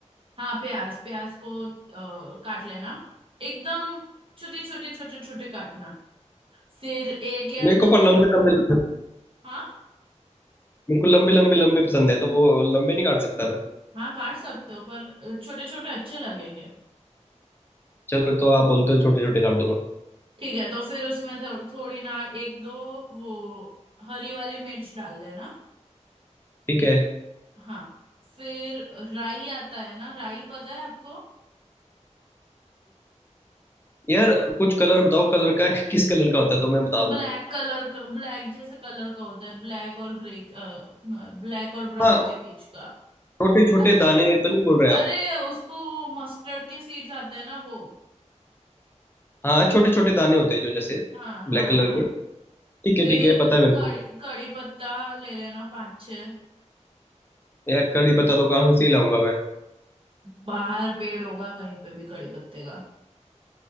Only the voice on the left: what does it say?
मेरे को
पर लंबे लंबे लंबे-
मेरे को लंबे लंबे लंबे पसंद है तो वो लंबे नहीं काट सकता मैं
चलो तो आप बोलते हो छोटे छोटे कर दूंगा
ठीक है
यार कुछ कलर बताओ कलर का <laughs> किस कलर का होता है तो मैं बताऊंगा
हाँ
छोटे छोटे
दाने तो नहीं बोल रहे
आप
हाँ छोटे छोटे दाने होते हैं जो जैसे
ब्लैक कलर
के ठीक
है ठीक है पता है मेरे
को
यार कड़ी पत्ता तो कहाँ से ही लाऊंगा मैं